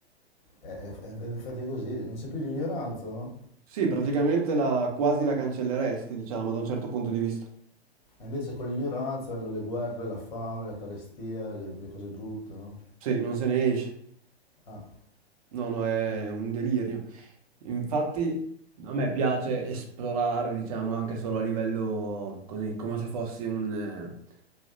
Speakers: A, on the left (about 45°); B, on the right (about 35°).
A: è- è- in effetti è così, non c'è più l'ignoranza, no?
B: Sì, praticamente la, quasi la cancelleresti, diciamo, da un certo punto di vista.
A: E invece con l'ignoranza vengono le guerre, la fame, la carestia, le, le cose brutte, no?
B: Sì, non se ne esce.
A: Ah.
B: No, no, è un delirio. Infatti, a me piace esplorare, diciamo, anche solo a livello così, come se fossi un, eh,